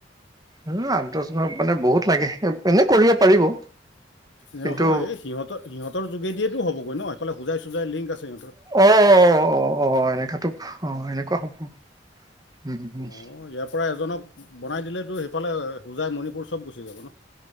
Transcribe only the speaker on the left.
নহয়
সিহঁতৰ সিহঁতৰ যোগেদিয়েটো হ'ব ন এফালে হোজাই চোজাই লিংক আছে সিহঁতৰ
উম,
অ ইয়াৰ পৰা এজনক বনাই দিলে টো সেইফালে হোজাই মণিপুৰ চব গুচি যাব ন।